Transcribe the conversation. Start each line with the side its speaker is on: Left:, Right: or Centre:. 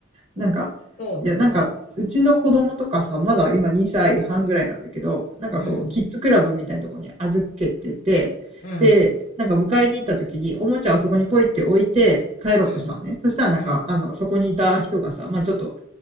Right: なんか、
Left: そうだね。
Right: いや、なんか、うちの子供とかさ、まだ今2歳半ぐらいなんだけど、なんかこう、
Left: うん、
Right: キッズクラブみたいなところに預けてて、
Left: うん、
Right: で、なんか迎えに行った時に、おもちゃをそこにポイって置いて帰ろうとしたのね。
Left: うん、
Right: そしたらなんか、
Left: うん、
Right: あの、そこにいた人がさ、まあちょっと、